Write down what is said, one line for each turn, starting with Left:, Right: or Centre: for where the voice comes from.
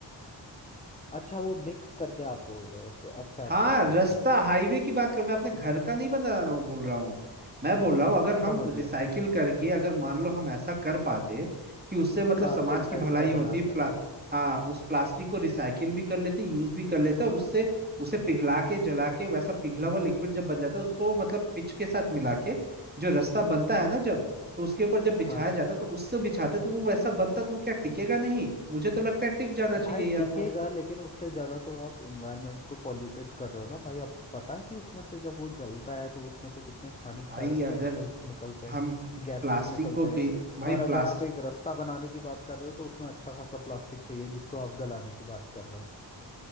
Left: अच्छा वो मिक्स करके आप बोल रहे हो सो- अच्छा अच्छा
Right: हाँ
Left: अच्छा
Right: रास्ता
Left: अच्छा
Right: हाईवे की बात कर मैं अपने घर का नहीं बना रहा हूँ बोल रहा हूँ मैं बोल रहा हूँ अगर हम
Left: समझ
Right: रिसाइकिल
Left: गया
Right: करके अगर मान लो हम ऐसा कर पाते कि उससे मतलब
Left: तारकोल
Right: समाज की
Left: टाइप
Right: भलाई
Left: का
Right: होती
Left: बना
Right: प्ला,
Left: करके
Right: हाँ उस प्लास्टिक को रिसाइकिल भी कर लेते यूज भी कर लेते और उससे उसे पिघला के जला के वैसा पिघला हुआ लिक्विड जब बन जाता है उसको मतलब पिच के साथ मिला के जो रास्ता बनता है ना जब तो उसके ऊपर जब बिछाया
Left: हाँ
Right: जाता तो उससे बिछाते तो वो वैसा बनता तो वो क्या टिकेगा नहीं मुझे तो लगता है टिक जाना चाहिए
Left: भाई
Right: यार
Left: टिकेगा
Right: वो
Left: लेकिन उससे ज़्यादा तो आप इन्वायरमेंट को पॉल्यूटेड कर रहे हो ना भाई आपको पता है कि उसमें से जब वो जलता है तो उसमें से कितने हानिकारक
Right: भाई
Left: केमिकल्स
Right: अगर
Left: निकलते
Right: हम
Left: हैं गैसेस
Right: प्लास्टिक
Left: निकलते
Right: को भी
Left: हैं
Right: भाई
Left: और अगर
Right: प्लास्ट
Left: आप एक रास्ता बनाने की बात कर रहे हो तो उसमें अच्छा खासा प्लास्टिक चाहिए जिसको आप गलाने की बात कर रहे हो